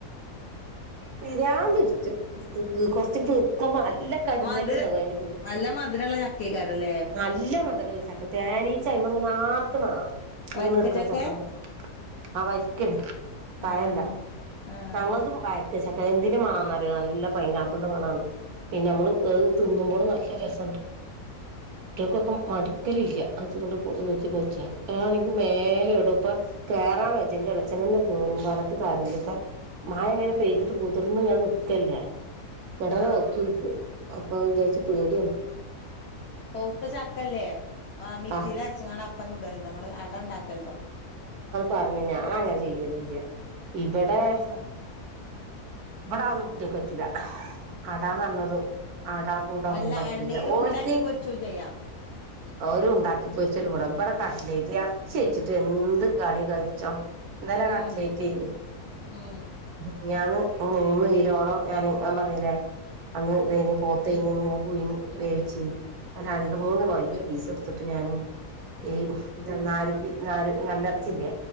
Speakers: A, on the right; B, on the left.
A: പിരാന്ത്ടുച്ചും കൊറച്ച് <unintelligible> പീക്കമാല നല്ല കടുന്നലും
B: മധുരം
A: ഉണ്ടാവും അതിൻ്റെ ചോട്ടില്
B: നല്ല മധുരള്ള ചക്കേക്കാരല്ലേ
A: നല്ല മതരള്ള ചക്കിൻ പ്പ തേനീച അയ്മലിംഗനെ ആർക്ക്ണ് കാണാ
B: വരിക്ക
A: വീണട്ക്കണ
B: ചക്കെ
A: ചക്കമ്മെ ആ വരിക്കേന് പയല്ല
B: ആഹ് ആഹ്
A: ഞങ്ങളതും വ ചക്ക എന്തിന്റെ മണന്നറിയ നല്ല പൈനാപ്പിളിന്റെ മണണ് പിന്നെ നമ്മള് ഏ തിന്നുമ്പോളും നല്ല രസുണ്ട് കുട്ടികൾക്കൊക്കെ മടുക്കലില്ല അതുകൊണ്ട്ത്തിപ്പോച്ചാൽ ആതണെങ്ക മേലെ ഇടും ഇപ്പ ആ വേജന്റെ എളച്ചനന്നെ കയറും പറഞ്ഞിട്ട് കാര്യല്ല ഇപ്പ മയങ്ങനെ പെയ്തിട്ട് കുതിർന്ന്ങ്ങനെ നിക്കല്ലേ <unintelligible> ഇടത
B: ആഹ്
A: നോക്കിട്ട് അപ്പൊ വിചാരിച്ച പേടിയന്ന്
B: പൗത്ത ചക്കല്ലേ ആ് മിക്സിൽ
A: ആഹ്
B: അരച്ചങ്ങാണ്ട് അപ്പം ചൂടല്ണ്ട ങ്ങള് അട ഉണ്ടാക്കലുണ്ടോ
A: പറഞ് ഞാനങ്ങനെ ചെയ്യലില്ല ഇവിടെ
B: നല്ല രസാണ്
A: ഇവിട അതൊന്നും കുട്ട്യേക്കറ്റൂല അടാ
B: ആഹ്
A: ന്നറഞ്ഞത് അടാ കൂട ഒന്നും
B: അല്ല
A: പറ്റൂല
B: എണ്ണയിലും
A: ഓൽക്ക്
B: ഉണ്ടാക്കി പൊരിച്ചും ചെയ്യാ
A: അവര ഉണ്ടാക്കി പൊരിച്ചലുവട ഇവടെ കട്ട്ലായിറ്റ് എർച്ചി വെച്ചിട്ട് എന്ത് കളി കളിച്ചോ ന്നലെ കട്ലയിറ്റേനി
B: ഉം ഉം
A: മിഞാന്ന് മൂന്ന് കിലോളം ഞാന് ഞാൻ പറഞ്ഞീലെ. അന്ന് ഇതേനി
B: ഉം
A: പോത്തേനീന്ന് ഞാന് പുയ്
B: ഉം
A: വേവിച്ചി രണ്ട്
B: ഉം
A: മൂന്ന് വലിയ പീസ് എടുത്തിട്ട് ഞാന്
B: ഉം
A: ഈ <unintelligible> ന്നാര് നല്ലർച്ചില്യേ